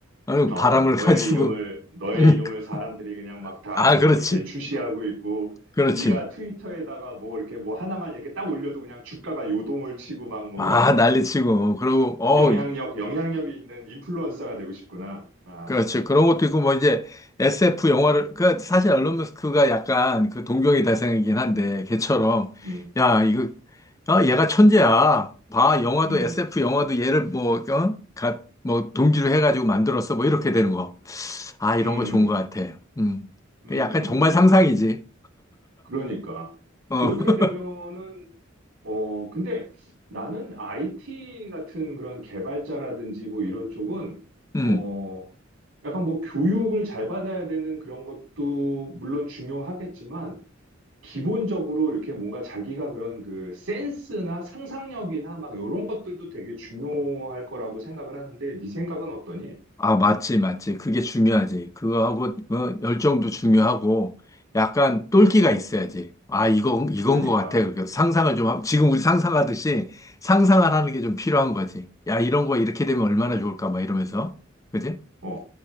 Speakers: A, on the left (about 15°); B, on the right (about 75°).
A: 아유,
B: 어
A: 바람을
B: 너의
A: 가지고.
B: 이름을 너의
A: <laughs>
B: 이름을 사람들이 그냥 막 다
A: 아,
B: 뭐
A: 그렇지,
B: 이렇게 출시하고 있고
A: 그렇지.
B: 네가 트위터에다가 뭐 이렇게 뭐 하나만 이렇게 딱 올려도 그냥 주가가 요동을 치고 막 뭐
A: 아,
B: 이런 거?
A: 난리치고. 그리고, 어,
B: 영향력 영향력이 있는 인플루언서가 되고 싶구나. 아,
A: 그렇죠. 그런 것도 있고, 뭐, 이제, SF 영화를, 그, 사실 앨런 머스크가 약간 그 동경의 대상이긴 한데, 걔처럼,
B: 음,
A: 야, 이거, 아, 얘가 천재야. 봐, 영화도,
B: 음,
A: SF 영화도 얘를 뭐, 어? 가, 뭐, 동기로 해가지고 만들었어. 뭐, 이렇게 되는 거. 아, 이런
B: 음,
A: 거 좋은 거 같아. 음.
B: 음,
A: 그 약간 정말
B: 그래.
A: 상상이지.
B: 그러니까
A: 어,
B: 그렇게
A: <laughs>
B: 되면은 어, 근데 나는 IT 같은 그런 개발자라든지 뭐 이런 쪽은
A: 음.
B: 어, 약간 뭐 교육을 잘 받아야 되는 그런 것도 물론 중요하겠지만, 기본적으로 이렇게 뭔가 자기가 그런 그 센스나 상상력이나 막 이런 것들도 되게 중요할 거라고 생각을 하는데, 네 생각은 어떠니?
A: 아, 맞지, 맞지. 그게 중요하지. 그거하고, 어, 열정도 중요하고, 약간 똘끼가 있어야지. 아, 이건, 이건
B: 그러니까.
A: 것 같아. 그러니까 상상을 좀, 함- 지금 우리 상상하듯이 상상을 하는 게 좀 필요한 거지. 야, 이런 거 이렇게 되면 얼마나 좋을까, 막 이러면서. 그지?
B: 어,